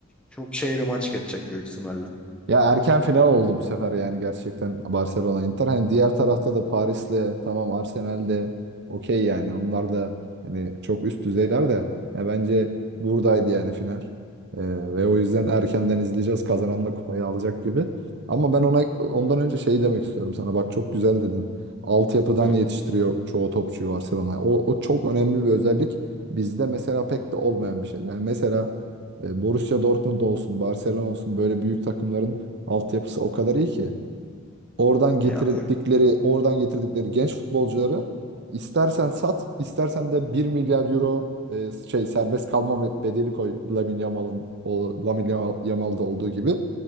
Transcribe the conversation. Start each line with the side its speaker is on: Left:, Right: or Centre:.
Centre: Çok şey bir maç geçecek büyük ihtimalle.
Right: Ya erken final oldu bu sefer yani gerçekten Barcelona Inter. Hani diğer tarafta da Paris'le tamam Arsenal'de okey yani. Onlar da hani çok üst düzeyler de ya bence buradaydı yani final. Ee, ve o yüzden erkenden izleyeceğiz. Kazanan da kupayı alacak gibi. Ama ben ona ondan önce şey demek istiyorum sana. Bak çok güzel dedin. Altyapıdan
Centre: Hı.
Right: yetiştiriyor çoğu topçuyu Barcelona. O, o çok önemli bir özellik. Bizde mesela pek de olmayan bir şey. Yani mesela e, Borussia Dortmund olsun, Barcelona olsun böyle büyük takımların Altyapısı o kadar iyi ki. Oradan getirdikleri,
Centre: Ya,
Right: oradan getirdikleri genç futbolcuları istersen sat, istersen de bir milyar euro e, şey serbest kalma be- bedeli koy Lamine Yamal'ın o- Lamine Yamal- Yamal'da olduğu gibi.